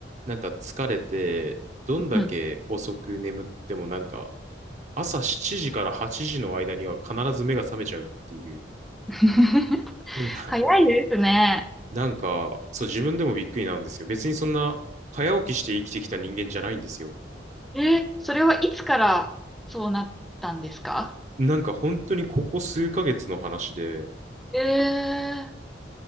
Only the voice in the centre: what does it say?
うん
<laughs>
早いですね。
え、それはいつからそうなったんですか
ええ